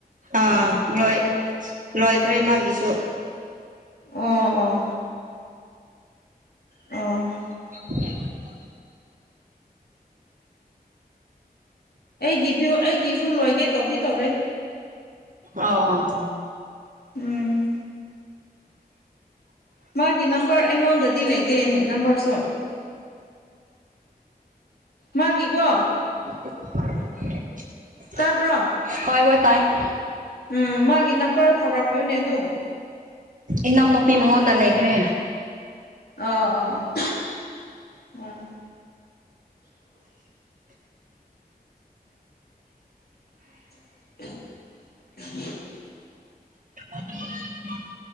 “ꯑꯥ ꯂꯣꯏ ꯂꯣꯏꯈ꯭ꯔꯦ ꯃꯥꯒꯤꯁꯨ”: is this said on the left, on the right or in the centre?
Right